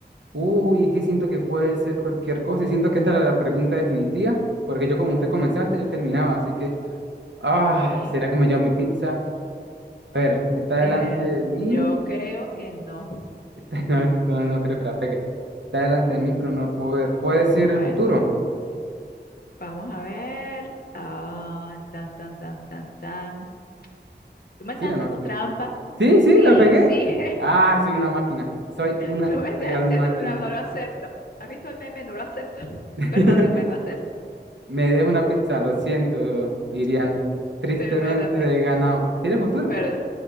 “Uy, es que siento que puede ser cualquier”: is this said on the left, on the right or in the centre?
Right